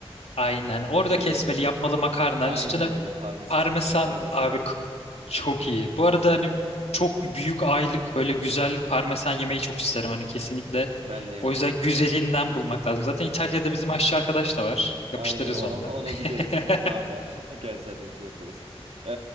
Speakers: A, on the left; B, on the right.
A: Aynen. Orada
B: Öyle
A: kesmeli
B: bir.
A: yapmalı makarna.
B: Aynen
A: Üstüne
B: öyle parmesanı
A: parmesan.
B: var, kreması
A: Abi
B: var.
A: k- çok iyi. Bu arada hani çok büyük aylık böyle güzel parmesan yemeyi çok isterim. Hani kesinlikle.
B: Ben de yemek
A: O yüzden
B: isterim.
A: güzelinden bulmak lazım. Zaten İtalya'da
B: Evet.
A: bizim aşçı arkadaş da var. Yapıştırırız
B: Aynen o-
A: onu
B: <laughs>
A: da.
B: ona
A: <laughs>
B: gideriz hemen. Ne haber? <laughs> Gel sen de bir şey yapıyoruz. Ee,